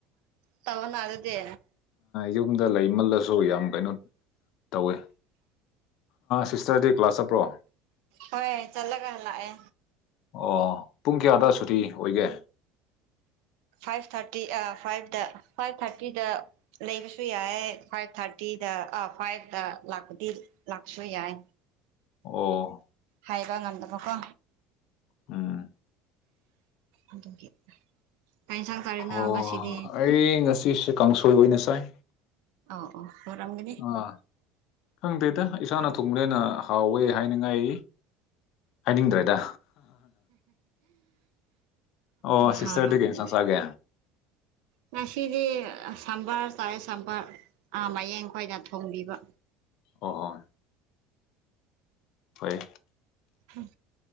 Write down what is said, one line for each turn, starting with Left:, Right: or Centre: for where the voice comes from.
Right: ꯇꯉꯅꯗꯗꯤꯦ
Left: ꯌꯨꯝꯗ ꯂꯩꯃꯜꯂꯁꯨ ꯌꯥꯝ ꯀꯩꯅꯣ ꯇꯧꯋꯦ ꯁꯤꯁꯇꯔꯗꯤ ꯀ꯭ꯂꯥꯁ ꯆꯠꯄ꯭ꯔꯣ
Right: ꯍꯣꯏ ꯆꯂꯒ ꯍ ꯂꯥꯛꯦ
Left: ꯑꯣ ꯄꯨꯡ ꯀꯌꯥꯗ ꯁꯨꯇꯤ ꯑꯣꯏꯒꯦ
Right: ꯐꯥꯏꯚ ꯊꯥꯔꯇꯤ ꯑ ꯐꯥꯏꯚꯇ ꯐꯥꯏꯚ ꯊꯥꯔꯇꯤꯗ ꯂꯩꯕꯁꯨ ꯌꯥꯏ ꯐꯥꯏꯚ ꯊꯥꯔꯇꯤꯗ ꯑꯥ ꯐꯥꯏꯚꯇ ꯂꯥꯛꯄꯗꯤ ꯂꯥꯛꯁꯨꯣꯏ ꯌꯥꯏ
Left: ꯑꯣ
Right: ꯍꯥꯏꯕ ꯉꯝꯗꯕꯀꯣ
Left: ꯎꯝ
Right: ꯑꯗꯨꯒꯤ ꯀꯟꯁꯥꯡ ꯆꯥꯔꯤꯅ
Left: ꯑꯣ
Right: ꯉꯁꯤꯗꯤ
Left: ꯑꯩ ꯉꯁꯤꯁꯦ ꯀꯥꯡꯁꯣꯏ ꯑꯣꯏꯅ ꯆꯥꯏ
Right: ꯑꯣ ꯑꯣ ꯑꯣꯔꯒꯅꯤ
Left: ꯑꯥ ꯈꯪꯗꯦꯗ ꯏꯁꯥꯅ ꯊꯨꯡꯕꯅꯦꯦꯅ ꯍꯥꯎꯋꯦ ꯍꯥꯏꯅꯤꯡꯉꯥꯏ ꯍꯥꯏꯅꯤꯡꯗ꯭ꯔꯦꯗ ꯑꯣ ꯁꯤꯁꯇꯔꯗꯤ
Right: ꯍꯥꯎꯔꯝꯒꯅꯤ
Left: ꯀꯩ ꯏꯟꯁꯥꯡ ꯆꯥꯒꯦ
Right: ꯉꯁꯤꯗꯤ ꯁꯝꯕꯔ ꯆꯥꯔꯦ ꯁꯝꯕꯔ ꯃꯌꯦꯡ ꯈꯣꯏꯅ ꯊꯣꯡꯕꯤꯕ
Left: ꯑꯣ ꯑꯣ ꯍꯣꯏ
Right: ꯎꯝ